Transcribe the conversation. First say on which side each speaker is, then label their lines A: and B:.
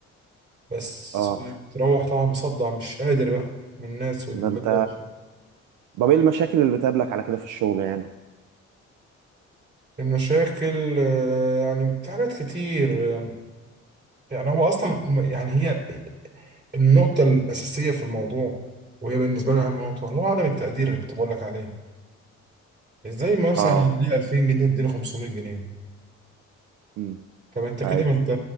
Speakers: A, on the right (about 35°); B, on the right (about 80°).
A: بس
B: اه
A: بتروح طبعا مصدع مش قادر بقى من الناس والدوشه
B: ده انت طب ايه المشاكل اللي بتقابلك على كده في الشغل يعني
A: المشاكل آه، يعني في حاجات كتير يعني يعني هو اصلا م- يعني هي النقطه الاساسيه في الموضوع وهي بالنسبه لي اهم نقطه اللي هو عدم التقدير اللي كنت بقول لك عليه ازاي ما مثلا
B: اه
A: يديني 2000 جنيه تديني 500 جنيه
B: امم
A: طب انت كده
B: ايوه
A: ما انت